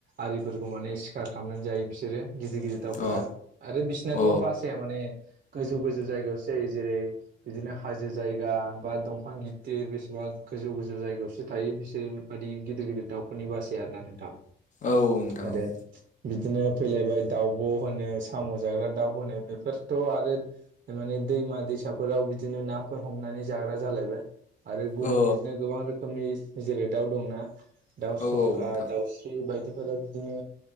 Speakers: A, on the right (about 45°); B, on the left (about 40°).
A: आरिफोरखौ माने सिखार खालामनानै जायो बिसोरो गिदिर गिदिर दाउफोरा
B: अ
A: आरो बिसिनाथ'
B: अ
A: बासा या माने गोजौ गोजौ जायगायावसो जायो जेरै बिदिनो हाजो जायगा बा दंफां गि गिदेर बेसेबां गोजौ गोजौ जायगायावसो थायो बिसोर बाददि गिदिर गिदिर दाउफोरनि बासै आरोना नोंथां।
B: औ नोंथां
A: आरो
B: औ।
A: बिदिनो फैलायबाय दाउब' होनो साम' जाग्रा दाउ होनो बे फोरथ' आरो माने दैमा दैसाफोराव बिदिनो नाफोर हमनानै जाग्रा जालायबाय आरो गुबुन
B: औ
A: बिदिनो गोबां रोखोमनि जेरे दाव दंना दाउ
B: अ
A: सखा
B: औ औ नोंथां
A: दाउस्रि बायदिफोरा बिदिनो